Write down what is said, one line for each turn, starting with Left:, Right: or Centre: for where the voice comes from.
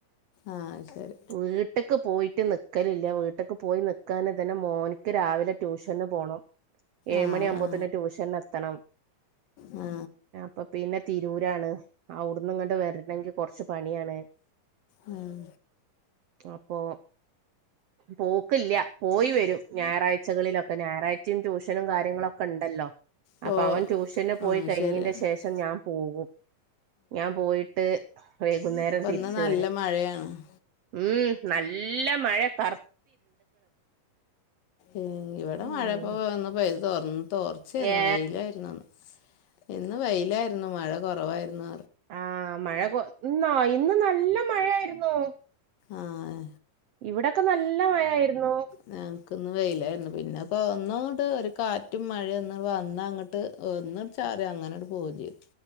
Left: ആ അഹ് ശരി
Right: വീട്ട്ക്ക് പോയിറ്റ് ന്ന് ക്കലില്ല ട്ട്ക്ക് പോയി നിക്കാന് തന്നെ മോന്ക്ക് രാവിലെ ട്യൂഷന് പോണം ഏയ്മണി
Left: ആ
Right: ആവ്മ്പത്തുന്
Left: ആ
Right: റ്റൂഷന് എത്തണംം
Left: ആ
Right: പ്പൊ പിന്നെ തിരൂരാണ് ഔടുന്ന് ഇങ്ങണ്ട് വരണെങ്കികുറച്ച് പണിയാണ്
Left: ഉം
Right: അപ്പൊ പോക പോയി വരും ഞായറാഴ്ചകളിലൊക്കെ ഞായറാഴ്ചിം ട്യൂഷനും കാര്യങ്ങളൊക്കെ ണ്ടല്ലോ
Left: പോ
Right: അപ്പൊ അവൻ ട്യൂഷന് പോയി
Left: ആ
Right: കഴിഞ്ഞന്റെ
Left: ശരി ആ
Right: ശേഷം ഞാൻ പോവും ഞാൻ പോയിട്ട് വൈകുന്നേരം
Left: ഇപ്പന്ന്
Right: തിരിച്
Left: നല്ല
Right: വരും
Left: മഴയാണ്
Right: ഉം നല്ല മഴ കർ
Left: ഉം ഇവിടെ
Right: ഉം
Left: മഴപ്പോ ഒന്ന് പെ യത് തോർന്ന് തോർ ഛ് ന്നു
Right: ഏ
Left: വെയിലായിരുന്നുന്ന് ഇന്ന് വെയിലായിരുന്നു മഴ കൊറവായിരുന്നു
Right: ആ് മഴ കൊ ഇന്നോ ഇന്ന് നല്ല മഴയായിരു ന്നു
Left: ആഹ് ഏ
Right: ഇവിടക്കെ നല്ല മഴയിരുന്നു
Left: ഞങ്ങ്ക് ന്ന് വെയിലായിരുന്നു പിന്നെ പോ ഒന്നുട്ട് ഒരു കാറ്റും മഴയൊന്ന് വന്ന ങ്ങട് ട്ട് ഒന്നട്ട് ചാറി അങ്ങനണ്ട്പോവും ചെയ്ത്